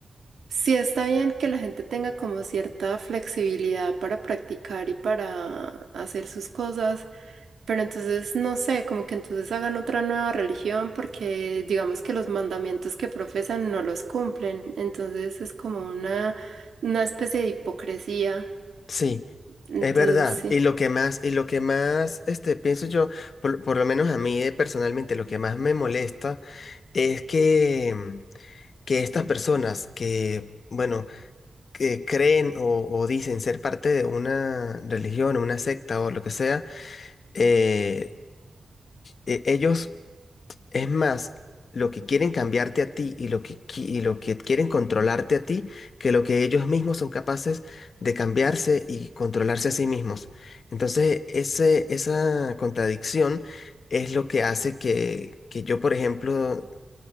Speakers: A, on the right; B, on the left.
A: sí está bien que la gente tenga como cierta flexibilidad para practicar y para hacer sus cosas, pero entonces, no sé, como que entonces hagan otra nueva religión porque digamos que los mandamientos que profesan no los cumplen, entonces es como una, una especie de hipocresía,
B: Sí,
A: entonces
B: es verdad.
A: sí.
B: Y lo que más, y lo que más, este, pienso yo, por, por lo menos a mí eh, personalmente, lo que más me molesta es que que estas personas que, bueno, que creen o, o dicen ser parte de una religión, una secta o lo que sea, eh, e- ellos, es más, lo que quieren cambiarte a ti y lo que, qui- y lo que quieren controlarte a ti, que lo que ellos mismos son capaces de cambiarse y controlarse a sí mismos. Entonces, ese, esa contradicción es lo que hace que, que yo, por ejemplo,